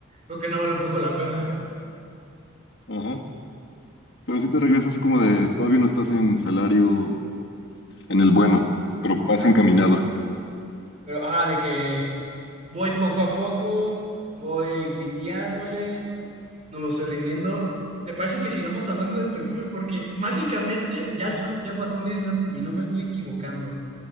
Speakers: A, on the right; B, on the left.
A: creo que no vale un poco la pena.
B: ajá. Pero sí te regresa así como de, todavía no estás en salario, en el bueno, pero vas
A: Ah,
B: encaminado.
A: pero, ajá, de que voy poco a poco, voy grindeándole, no me estoy rindiendo. ¿Te parece que sigamos hablando de perfumes? Porque mágicamente ya son, ya pasaron 10 minutos y no me estoy equivocando.